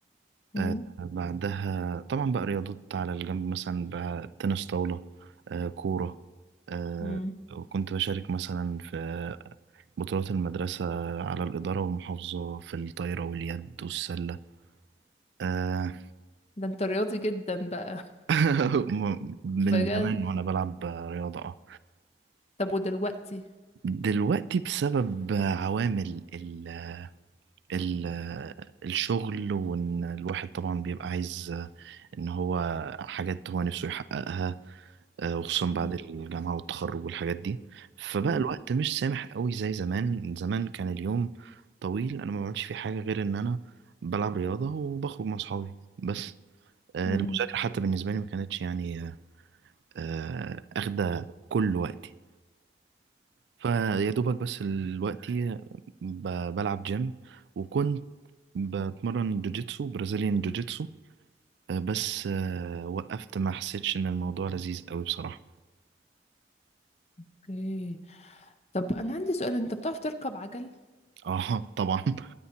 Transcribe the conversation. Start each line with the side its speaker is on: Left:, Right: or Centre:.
Left: مم.
Right: آه، بعدها طبعا بقى رياضات على الجنب مثلا بقى تنس طاولة آه، كورة آه،
Left: مم.
Right: وكنت بشارك مثلا في بطولات المدرسة على الإدارة والمحافظة في الطايرة واليد والسلة آه،
Left: ده انت رياضي جدا بقى <laughs>
Right: <laughs> م- من
Left: بجد
Right: زمان وأنا بلعب رياضة اه
Left: طب ودلوقتي
Right: دلوقتي بسبب عوامل ال ال الشغل وإن الواحد طبعا بيبقى عايز إن هو حاجات هو نفسه يحققها آه، وخصوصا
Left: مم.
Right: بعد الجامعة والتخرج والحاجات دي فبقى
Left: مم.
Right: الوقت مش سامح قوي زي زمان زمان كان اليوم طويل انا ما بعملش فيه حاجة غير ان انا بلعب رياضة وبخرج مع اصحابي بس آه،
Left: مم.
Right: المذاكرة حتى بالنسبة لي ما كانتش يعني آه، آه، اخدة كل وقتي فيا دوبك بس دلوقتي بلعب جيم وكنت بتمرن جوجيتسو برازيليان جوجيتسو آه، بس آه، وقفت ما حسيتش ان الموضوع لذيذ قوي بصراحة
Left: اوكي طب انا عندي سؤال انت بتعرف تركب عجل
Right: اه طبعا <laughs>